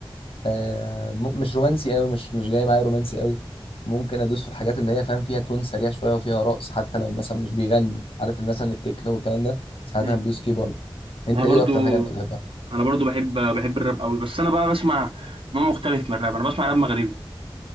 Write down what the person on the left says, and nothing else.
آه م... مش رومانسي قوي مش مش جاي معايا رومانسي قوي ممكن ادوس في الحاجات اللي هي فاهم فيها تون سريع شويه وفيها رقص حتى لو مثلا مش بيغني عارف مثلا التكنو والكلام ده ساعات
انا بدوس فيه برضه انت
ايه
اكتر حاجه انت بتحبها